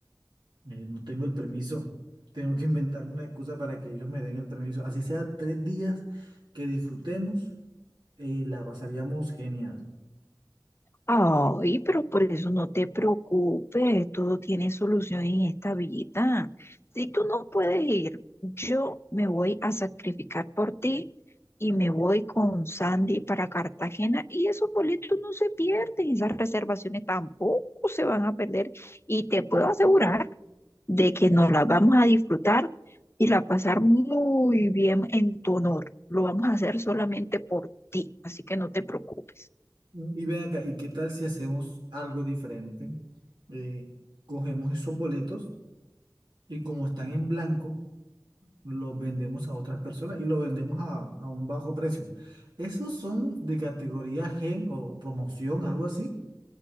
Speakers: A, on the right (about 85°); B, on the left (about 35°).
A: Eh, no tengo el permiso. Tengo que inventarme una excusa para que ellos me den el permiso. Así sea tres días que disfrutemos y la pasaríamos genial.
B: Ay, pero por eso no te preocupes, todo tiene solución en esta vida. Si tú no puedes ir, yo me voy a sacrificar por ti y me voy con Sandy para Cartagena y esos boletos no se pierden, esas reservaciones tampoco se van a perder y te puedo asegurar. de que nos la vamos a disfrutar y la pasar muy bien en tu honor. Lo vamos a hacer solamente por ti, así que no te preocupes.
A: ¿no? Y ven acá, ¿y qué tal si hacemos algo diferente? Eh, cogemos esos boletos y como están en blanco, los vendemos a otras personas y los vendemos a, a un bajo precio. Esos son de categoría G o, o promoción, algo así.